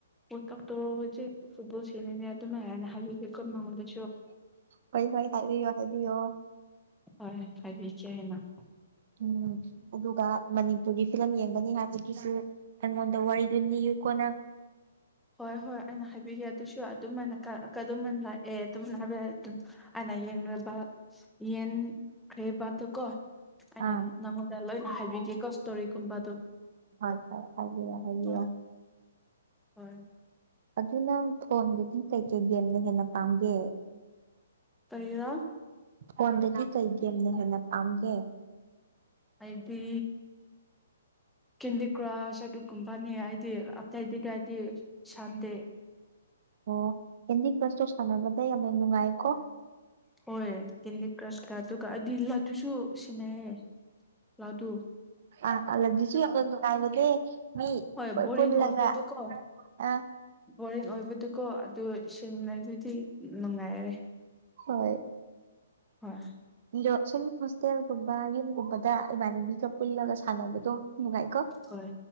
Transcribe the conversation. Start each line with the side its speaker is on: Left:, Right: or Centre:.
Centre: ꯋꯥꯜꯀꯞꯇꯣ ꯍꯣꯖꯤꯛ ꯐꯨꯠꯕꯣꯜ ꯁꯦꯅꯤꯅꯦꯠ ꯗꯨꯃꯥꯏ ꯍꯥꯟꯅ ꯍꯥꯏꯕꯤꯒꯦꯀꯣ ꯃꯉꯣꯟꯗꯒꯤ
Right: ꯐꯩ ꯐꯩ ꯍꯥꯏꯕꯤꯌꯣ ꯍꯥꯏꯕꯤꯌꯣ
Centre: ꯍꯣꯏ ꯍꯥꯏꯕꯤꯆꯦ ꯍꯥꯏꯅ
Right: ꯎꯝ ꯑꯗꯨꯒ ꯃꯅꯤꯄꯨꯔꯒꯤ ꯐꯤꯂꯝ ꯌꯦꯡꯒꯅꯤ ꯍꯥꯏꯕꯒꯤꯁꯨ ꯑꯩꯉꯣꯟꯗ ꯋꯥꯔꯤꯗꯨ ꯅꯤꯌꯨꯀꯣ ꯅꯪ
Centre: ꯍꯣꯏ ꯍꯣꯏ ꯑꯩꯅ ꯍꯥꯏꯕꯤꯒꯦ ꯑꯗꯨꯁꯨ ꯑꯗꯨꯝꯃꯥꯏꯟꯅ ꯀꯥ ꯀꯥꯗꯨꯝꯃꯥꯏꯟ ꯂꯥꯛꯑꯦ ꯑꯗꯨꯝꯅ ꯍꯥꯏꯕꯤꯔꯠ ꯗꯨꯝ ꯑꯥꯟꯅ ꯌꯦꯡꯔꯕ ꯌꯦꯟꯈꯔꯦꯕꯗꯨꯞ ꯀꯣ ꯑꯩꯅ
Right: ꯑꯥ
Centre: ꯅꯪꯉꯣꯟꯗ ꯂꯣꯏꯅ ꯍꯥꯏꯕꯤꯒꯦꯀꯣ ꯏꯁꯇꯣꯔꯤꯒꯨꯝꯕꯗꯣ
Right: ꯍꯥꯏꯐꯥꯏ ꯍꯥꯏꯕꯤꯔꯣ ꯍꯥꯏꯕꯤꯌꯣ
Centre: ꯍꯣꯏ ꯍꯣꯏ
Right: ꯑꯗꯨꯅꯪ ꯐꯣꯟꯗꯗꯤ ꯀꯩꯀꯩ ꯒꯦꯝꯅ ꯍꯦꯟꯅ ꯄꯥꯝꯒꯦ
Centre: ꯀꯔꯤꯔ
Right: ꯐꯣꯟꯗꯒꯤ ꯀꯩ ꯒꯦꯝꯅ ꯍꯦꯟꯅ ꯄꯥꯝꯒꯦ
Centre: ꯑꯩꯕꯤ ꯀꯦꯟꯗꯤ ꯀ꯭ꯔꯁ ꯑꯗꯨꯒꯨꯝꯕꯅꯦ ꯑꯩꯗꯤ ꯑꯇꯩꯗꯤ ꯀꯌꯥ ꯑꯩꯏꯗꯤ ꯁꯥꯟꯗꯦ
Right: ꯑꯣ ꯍꯦꯟꯗꯤ ꯀ꯭ꯔꯁꯇꯣ ꯁꯥꯟꯅꯕꯗ ꯌꯥꯝꯅ ꯅꯨꯡꯉꯥꯏ ꯀꯣ
Centre: ꯍꯣꯏ ꯀꯦꯟꯗꯤ ꯀ꯭ꯔꯁꯀ ꯑꯗꯨꯒ ꯑꯗꯤꯂꯠ ꯇꯨꯁꯨ ꯁꯤꯟꯅꯩꯌꯦ ꯂꯥꯗꯨ
Right: ꯑ ꯑꯂꯗꯤꯁꯨ ꯌꯥꯈꯨꯟ ꯅꯨꯡꯉꯥꯏꯕꯗꯦ ꯃꯤ
Centre: ꯍꯣꯏ
Right: ꯄꯜꯄꯨꯜꯂꯒ
Centre: ꯕꯣꯔꯤꯡ ꯑꯣꯏꯕꯗꯨꯀꯣ
Right: ꯑ
Centre: ꯕꯣꯔꯤꯡ ꯑꯣꯏꯕꯗꯨꯀꯣ ꯑꯗꯨ ꯁꯦꯝꯅꯗꯨꯗꯤ ꯅꯨꯡꯉꯥꯏꯔꯦ
Right: ꯍꯣꯏ
Centre: ꯍꯣꯏ
Right: ꯂꯣꯠꯁꯤꯟ ꯐꯁ ꯇꯦꯜꯒꯨꯝꯕ ꯌꯨꯝꯒꯨꯝꯕꯗ ꯏꯃꯥꯟꯅꯕꯤꯒ ꯄꯨꯜꯂꯒ ꯁꯥꯟꯅꯕꯗꯣ ꯅꯨꯡꯉꯥꯏꯀꯣ꯫
Centre: ꯍꯣꯏ